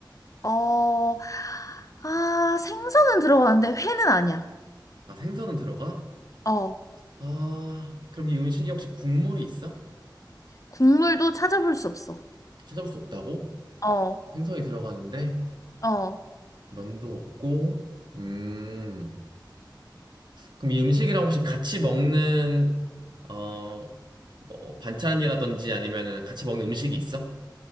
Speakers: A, on the left (about 45°); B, on the right (about 65°).
A: 어, 아, 생선은 들어가는데 회는 아니야.
B: 아, 생선은 들어가?
A: 어,
B: 아, 그럼 이 음식이 혹시 국물이 있어?
A: 국물도 찾아볼 수 없어.
B: 찾아볼 수 없다고?
A: 어,
B: 생선이 들어가는데
A: 어,
B: 면도 없고. 음, 그럼 이 음식이랑 혹시 같이 먹는 어, 뭐 반찬이라든지 아니면은 같이 먹는 음식이 있어?